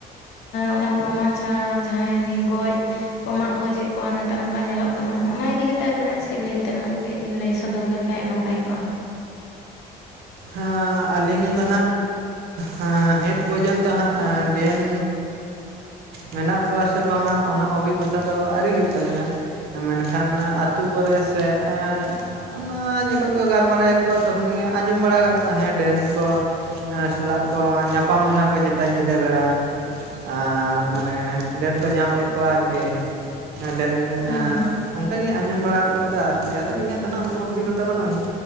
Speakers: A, on the left; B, on the right.
A: ᱚᱱᱟ ᱠᱟ ᱯᱨᱚᱢᱟᱱ ᱪᱷᱟᱲᱟ ᱡᱟᱦᱟᱸᱭ ᱜᱚᱡ ᱠᱚ ᱢᱟᱜ ᱜᱚᱡᱮᱫ ᱠᱚᱣᱟ, ᱱᱮᱛᱟᱨ ᱚᱝᱠᱟ ᱧᱮᱞᱚᱜ ᱠᱟᱱᱟ ᱚᱱᱟ ᱤᱫᱤ ᱠᱟᱛᱮᱜ ᱟᱵᱤᱱᱟᱜ ᱪᱮᱫ ᱞᱟᱹᱭ ᱛᱮᱱᱟᱜ ᱠᱟᱹᱡ ᱵᱤᱱ ᱞᱟᱹᱭ ᱥᱚᱫᱚᱨ ᱞᱮᱠᱟᱱᱡ ᱱᱟ ᱯᱟᱭ ᱠᱚᱜᱼᱟ।
B: ᱦᱟᱸ ᱟᱹᱞᱤᱧ ᱫᱚ ᱦᱟᱸᱜ ᱱᱤᱛ ᱯᱚᱨᱡᱚᱱᱛᱚ ᱦᱟᱸᱜ ᱰᱟ. ᱱ ᱢᱮᱱᱟᱜ ᱠᱚᱣᱟ ᱥᱮ ᱵᱟᱝᱟ ᱚᱱᱟ ᱚᱵᱷᱤᱜᱽᱜᱚᱛᱟ ᱫᱚ ᱟᱹᱣᱨᱤ ᱦᱩᱭᱩᱜ ᱛᱟᱹᱟᱞᱤᱧᱟ, ᱢᱮᱱᱠᱷᱟᱱ ᱟᱹᱛᱩᱳ ᱠᱚᱨᱮ ᱥᱮ ᱮᱸ ᱚᱱᱟ ᱡᱚᱠᱷᱚᱡ ᱠᱚ ᱜᱟᱞᱢᱟᱨᱟᱭᱟᱠᱚ ᱛᱚᱠᱷᱚᱱ ᱜᱮ ᱟᱸᱡᱚᱢ ᱵᱟᱲᱟ ᱠᱟᱜ ᱠᱚᱣᱟ ᱦᱮᱸ ᱰᱟᱹᱱ ᱠᱚ ᱮᱸ ᱥᱟᱞᱟᱜ ᱠᱚ ᱧᱟᱯᱟᱢ ᱞᱮᱱᱟ ᱠᱚ ᱪᱮᱛᱟ ᱧᱤᱫᱟᱹ ᱵᱮᱲᱟ, ᱟᱸᱜ ᱢᱟᱱᱮ ᱰᱟᱹᱱ ᱠᱚ ᱧᱟᱢ ᱞᱮᱫ ᱠᱚᱣᱟ ᱟᱨᱠᱤ ᱰᱟᱹᱱ
A: ᱦᱮᱸ
B: ᱟᱸ
A: ᱦᱮᱸ
B: ᱚᱱ ᱠᱟᱜᱤᱧ ᱟᱸᱡᱚᱢ ᱵᱟᱲᱟᱜᱚᱫ ᱠᱟᱫᱟ ᱟᱨᱠᱤ ᱟᱫᱚ ᱤᱧᱟᱹᱜ ᱫᱚ ᱱᱟᱜ ᱩᱱᱟᱹᱜ ᱚᱵᱷᱤᱜᱚᱛᱟ ᱵᱟᱹᱱ ᱟᱹᱱᱤᱡ,